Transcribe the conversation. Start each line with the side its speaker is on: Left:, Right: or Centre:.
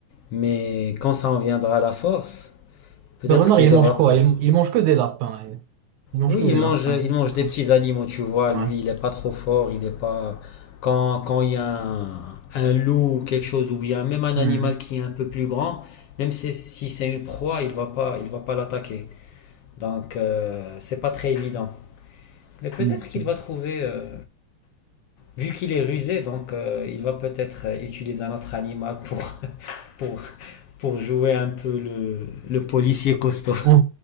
Left: mais quand ça en viendra à la force, peut-être
Right: Le renard,
Left: qu'il
Right: il
Left: devra
Right: mange quoi?
Left: prendre.
Right: Il, il mange que des lapins. Il, il mange
Left: Oui,
Right: que
Left: il
Right: des
Left: mange,
Right: lapins.
Left: il mange
Right: c'est
Left: des
Right: quoi
Left: petits animaux, tu vois.
Right: Ouais.
Left: Lui, il est pas trop fort, il est pas. Quand, quand il y a un, un loup ou quelque chose, ou bien même un
Right: Hmm.
Left: animal qui est un peu plus grand, même si, si c'est une proie, il va pas, il va pas l'attaquer. Donc, euh, c'est pas très évident. Mais peut-être
Right: Mhm.
Left: qu'il va trouver, euh, vu qu'il est rusé, donc euh, il va peut-être euh, utiliser un autre animal pour, pour, pour jouer un peu le, le policier costaud.
Right: On,